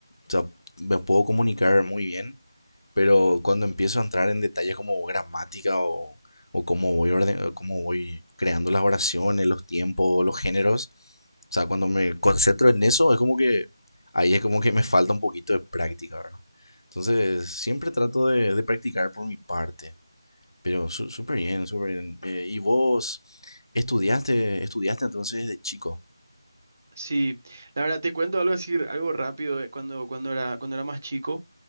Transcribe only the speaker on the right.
Sí, la verdad te cuento algo así, algo rápido. eh, Cuando, cuando era, cuando era más chico.